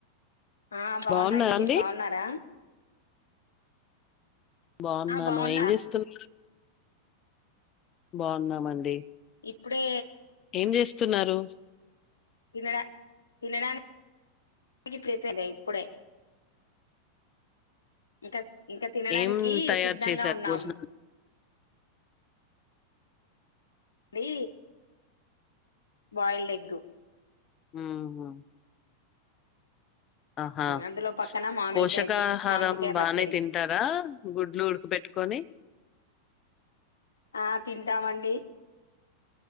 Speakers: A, on the left; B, on the left.
A: ఆ బాగున్నండి
B: బాగున్నారా అండి
A: మీరు బాగున్నార?
B: బాగున్నాను
A: ఆ బాగున్నా
B: ఏం చేస్తున్నా బాగున్నామండి
A: ఇప్పుడే
B: ఏం చేస్తున్నారు
A: తినడ తినడానికి ఐపోయింది ఇప్పుడే <inaudible> ఇంకా ఇంక తినడానికి
B: ఏం తయారు
A: సిద్ధంగా
B: చేశారు
A: ఉన్నాం
B: భోజనం
A: దీ బాయిల్డ్ ఎగ్గు
B: ఉహు ఆహా
A: అందులో పక్కన మామిడికాయ
B: పోషకాహారం
A: చె మామిడికాయ
B: బానే
A: పచ్చడి
B: తింటారా గుడ్లు ఉడుకు పెట్టు కొని
A: ఆ తింటామండి